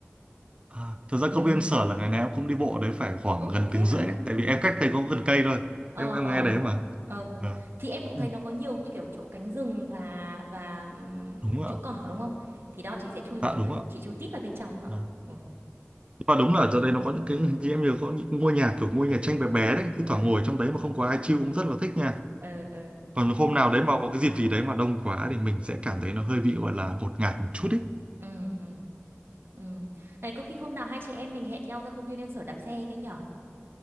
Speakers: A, on the right; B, on the right.
A: à. Thật ra
B: ừ
A: công viên Sở là ngày nào em cũng đi bộ đấy phải khoảng
B: ố
A: gần
B: thế
A: tiếng
B: hả
A: rưỡi đấy. Tại vì em cách đây có gần cây thôi.
B: ờ
A: Em em
B: ờ
A: nghe đấy mà.
B: ờ
A: Đó.
B: thì em cũng
A: Ừ,
B: thấy nó có nhiều kiểu chỗ cánh rừng và và ừm,
A: đúng ạ.
B: chỗ cỏ đúng không thì đó chị sẽ chui vào
A: Dạ
B: chỗ
A: đúng
B: đấy
A: ạ.
B: chị chui tít vào bên trong đó
A: À.
B: ừ
A: Và đúng là ở chỗ đây nó có những cái như em nhớ có những ngôi nhà kiểu ngôi nhà tranh bé bé đấy. Thì
B: ừ
A: thoảng ngồi trong đấy mà không có ai chill cũng rất là thích nha.
B: ừ ừ
A: còn
B: đó
A: hôm nào đấy mà có cái dịp gì đấy mà đông quá thì mình sẽ cảm thấy nó hơi bị gọi là ngột ngạt một chút ý
B: ừ ừ ừ này có khi hôm nào hai chị em mình hẹn nhau ra công viên Yên Sở đạp xe cái nhở